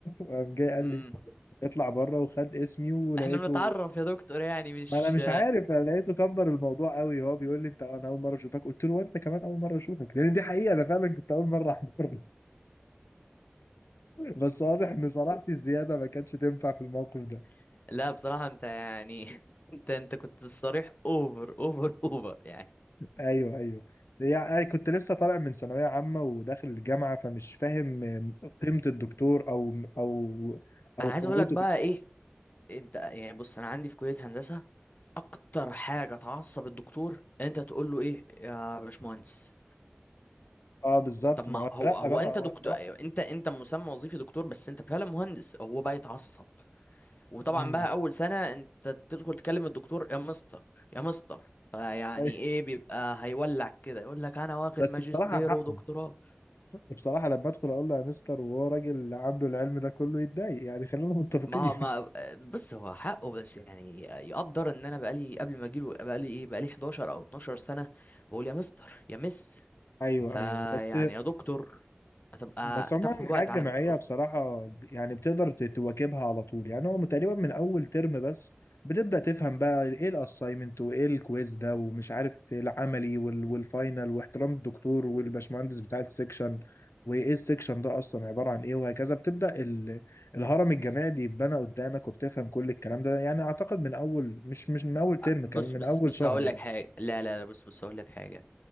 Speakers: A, on the left; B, on the left.
A: وقام جاي قال
B: امم
A: لي اطلع بره وخد اسمي ولقيته
B: احنا بنتعرف يا دكتور يعني مش
A: أنا مش عارف أنا لقيته كبر الموضوع قوي هو بيقول لي أنت أنا أول مرة أشوفك قلت له وأنت كمان أول مرة أشوفك لأن دي حقيقة أنا فعلا كنت أول مرة أحضر <laughs> له. بس واضح إن صراحتي الزيادة ما كانتش تنفع في الموقف ده
B: <laughs> لا بصراحة انت يعني <laughs> انت انت كنت صريح اوفر اوفر اوفر يعني
A: ايوه ايوه يعني كنت لسه طالع من ثانويه عامه وداخل الجامعه فمش فاهم قيمه الدكتور او او او
B: انا
A: قوته
B: عايز اقول لك بقى
A: في الجامعه
B: ايه انت يعني بص انا عندي في كلية هندسة اكتر حاجة تعصب الدكتور ان انت تقول له ايه يا باشمهندس
A: اه بالظبط
B: طب ما
A: ما هو اترقى
B: هو هو
A: بقى
B: انت
A: هو
B: دكتور
A: اترقى
B: انت انت مسمى وظيفي دكتور بس انت فعلا مهندس هو بقى يتعصب وطبعا
A: امم
B: بقى اول سنة انت تدخل تكلم الدكتور يا مستر يا مستر فيعني
A: أيوة.
B: ايه بيبقى هيولع كده يقول لك انا واخد
A: بس
B: ماجستير
A: بصراحه حقه
B: ودكتوراه
A: بصراحه لما ادخل اقول له يا مستر وهو راجل عنده العلم ده كله يتضايق يعني خلينا متفقين
B: ما هو- ما
A: <laughs>
B: بص هو حقه بس يعني يقدر ان انا بقالي قبل ما اجيله بقالي ايه بقالي 11 او 12 سنة بقول يا مستر يا مس
A: ايوه
B: فيعني
A: ايوه بس
B: يا دكتور هتبقى
A: بس عموما
B: تاخد
A: الحياة
B: وقت
A: الجامعية
B: على ما تقول
A: بصراحة ب- يعني بتقدر ت- تواكبها على طول يعني هو تقريبا من أول ترم بس بتبدأ تفهم بقى إيه الأسايمنت وإيه الكويز ده ومش عارف إيه العملي وال- والفاينل واحترام الدكتور والباشمهندس بتاع السكشن وإيه السكشن ده أصلا عبارة عن إيه وهكذا بتبدأ ال- الهرم الجامعي بيتبنى قدامك وبتفهم كل الكلام ده يعني أعتقد من أول مش مش من أول ترم
B: بص
A: كمان من
B: بص
A: أول
B: بص
A: شهر
B: هقول
A: يعني
B: لك حاجة لا لا لا بص بص هقول لك حاجة